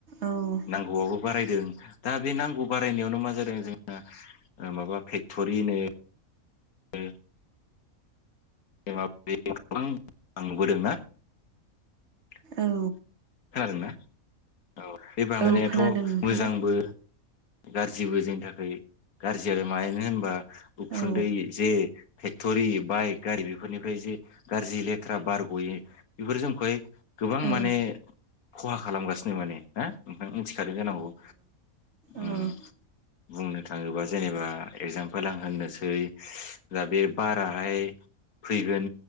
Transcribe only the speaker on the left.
नांगौआबो बारायदों दा बे नांगौ बारायनायावनो मा जादों जोंना माबा फेक्ट'रि <unintelligible> ओ <unintelligible>
खोनादों ना औ बे बांबोनायाथ'
मोजांबो गाज्रिबो जोंनि थाखाय गाज्रि आरो मानो होनबा उखुन्दै
जे फेक्टरि बाइक गारि बेफोरनिफ्राय <unintelligible> गाज्रि लेथ्रा बार गयो बेफोर जोंखौहाय गोबां
माने खहा खालामगासिनो माने ना नोंथां मिथिखादों जानांगौ। उम
बुंनो थाङोबा जेनेबा एगजामपोल आं होननोसै दा बे बाराहाय फैगोन